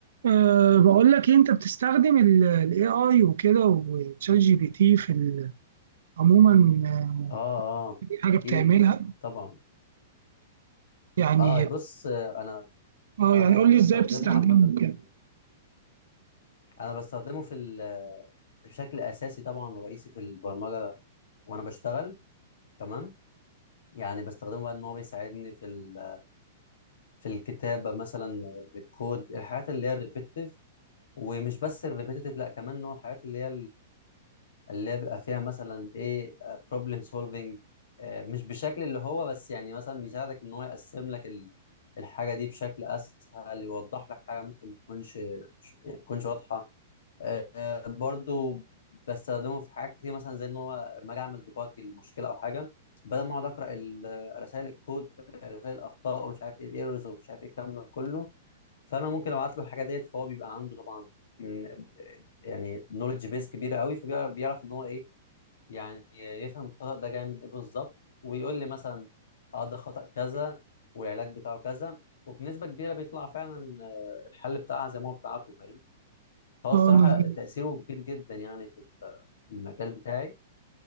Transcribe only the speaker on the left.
اه اه
اكيد طبعا
اه بص آه، انا
انا
أنا
بستخدمه
عامه في
ال... انا بستخدمه في ال... بشكل اساسي طبعا ورئيسي في البرمجه وانا بشتغل تمام يعني بستخدمه بقى ان هو بيساعدني في ال... في الكتابه مثلا آه، الكود الحاجات اللي هي الريبيتيتيف ومش بس الريبيتيتيف لا كمان ان هو الحاجات اللي هي اللي هي بيبقى فيها مثلا ايه بروبلم سولفنج مش بشكل اللي هو بس يعني مثلا بيساعدك ان هو يقسم لك ال- الحاجه دي بشكل اسهل يوضح لك حاجه ممكن ما تكونش مش- يعني ما تكونش واضحه آه، آه، برضو بستخدمه في حاجات كتير مثلا زي ان هو لما اجي اعمل ديباج المشكله او حاجه بدل ما اقعد اقرا رسائل الكود رسائل الاخطاء ومش عارف ايه الايرورز ومش عارف ايه الكلام ده كله فانا ممكن ابعت له الحاجه ديت فهو بيبقى عنده طبعا م- يعني نولج بيس كبيره قوي فبيعرف ان هو ايه يعني يفهم الخطأ ده جاي من ايه بالظبط ويقول لي مثلا اه ده خطأ كذا والعلاج بتاعه كذا وبنسبة كبيرة بيطلع فعلا آه، الحل بتاعها زي ما هو بيبعته فاهم فهو الصراحة
تأثيره كبير جدا يعني في ال- في المجال بتاعي